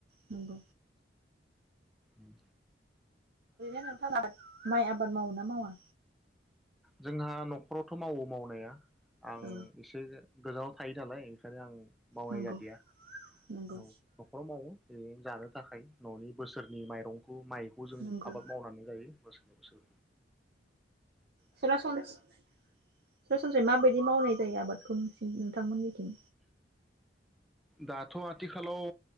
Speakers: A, on the right; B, in the centre.
A: नंगौ
B: उम।
A: ओरैनो थाल आबाद माइ आबाद मावोना मावा।
B: जोंहा न'खरावथ' मावो मावनाया। आं
A: औ
B: एसे गोजानाव। थायो नालाय ओनिखायनो आं मावनाय
A: नंगौ
B: जादिया
A: नंगौ
B: औ न'खराव मावो ओरै जानो थाखाय न'नि बोसोरनि माइरं माइखौ जों
A: नंगौ
B: आबाद मावनानै जायो बोसोरै बोसोर।
A: सरानस्रा सरासनस्रायै माबायदि मावनाय जायो आबादखौ नोंसि नोंथांमोननि दिन।
B: दाथ' आथिखालाव